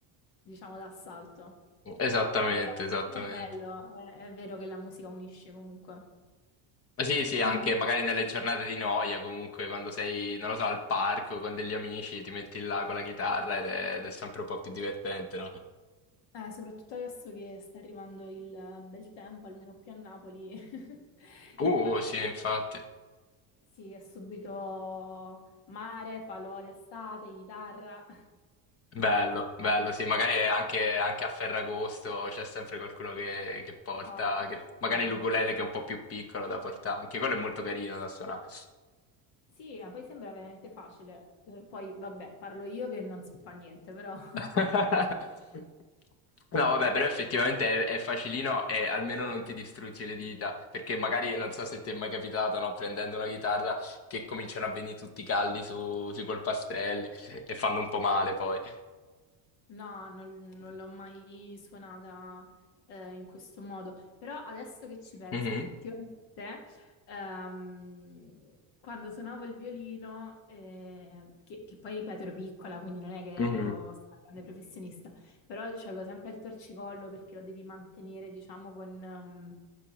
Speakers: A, on the left; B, on the left.
A: diciamo, d'assalto.
B: Esattamente,
A: Eh,
B: esattamente.
A: Però è bello, è, è vero che la musica unisce comunque.
B: Sì, sì, anche
A: A me,
B: magari nelle giornate di noia, comunque quando sei, non lo so, al parco con degli amici, ti metti là con la chitarra ed è, ed è sempre un po' più divertente, no?
A: eh, soprattutto adesso che sta arrivando il bel tempo, almeno qui a Napoli, <laughs>
B: Uh,
A: infatti
B: sì, infatti.
A: sì, è subito mare, falò d'estate, chitarra.
B: Bello, bello, sì, magari anche, anche a Ferragosto c'è sempre qualcuno che, che porta,
A: Esatto,
B: che- magari
A: no,
B: l'ukulele che è un po' più piccolo da portare, anche quello è molto carino da suonare.
A: Sì, ma poi sembra veramente facile. Eh, poi, vabbè, parlo io che non so fa niente, però <laughs>
B: <laughs> No, vabbè, però effettivamente è, è facilino e almeno non ti distruggi le dita, perché magari non so se ti è mai capitato, no, prendendo una chitarra che cominciano a venire tutti i calli su, sui polpastrelli e fanno un po' male poi.
A: no, non, non l'ho mai suonata eh, in questo modo. Però adesso che ci penso,
B: Mhm.
A: effettivamente, ehm, quando suonavo il violino, eh, che, che poi ripeto ero piccola, quindi non è che
B: Mhm.
A: ero stata grande professionista, però c'avevo sempre il torcicollo perché lo devi mantenere, diciamo, con, ehm,